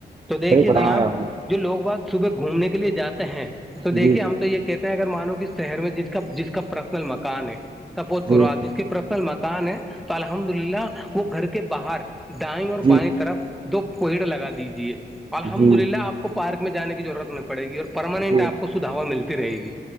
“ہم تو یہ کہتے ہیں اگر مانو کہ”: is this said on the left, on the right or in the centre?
Centre